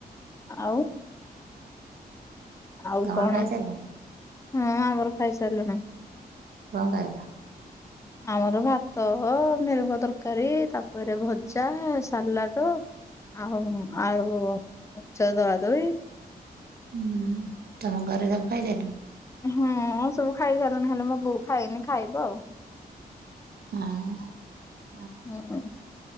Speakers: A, on the left (about 20°); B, on the right (about 75°).
A: ଆଉ ଆଉ
B: ତମର
A: କଣ
B: ଖାଇସାରିଲଣି
A: ହଁ ଆମର ଖାଇସାରିଲୁଣୁ।
B: କଁ ଖାଇଲ?
A: ଆମର ଭାତ, ମିଲ ମିକର ତରକାରୀ ତାପରେ ଭଜା, ସାଲାଡ। ଆଉ ଆଳୁ <unintelligible> ଦଳା ଦଳି।
B: ହୁଁ ତମ ଘରେ ସବୁ ଖାଇ ସାରିଲେଣି?
A: ହଁ ସବୁ ଖାଇ ସାରିଲେଣି ହେଲେ ମୋ ବୋଉ ଖାଇନି ଖାଇବ ଆଉ।
B: ଆଁ।
A: ହୁଁ